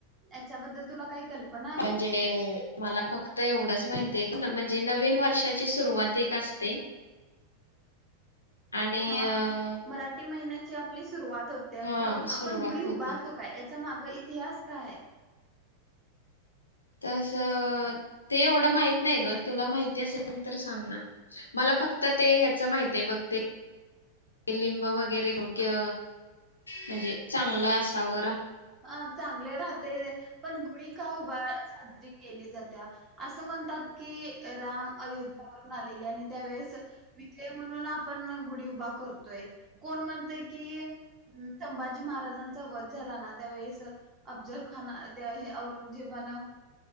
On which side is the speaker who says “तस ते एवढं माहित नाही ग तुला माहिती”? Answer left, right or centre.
Left